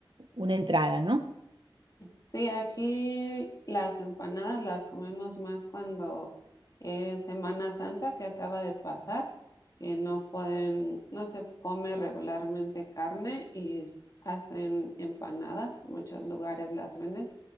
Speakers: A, on the right; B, on the left.
A: una entrada, ¿no?
B: Sí, aquí las empanadas las comemos más cuando es Semana Santa que acaba de pasar, que no pueden, no se come regularmente carne y s- hacen empanadas, muchos lugares las venden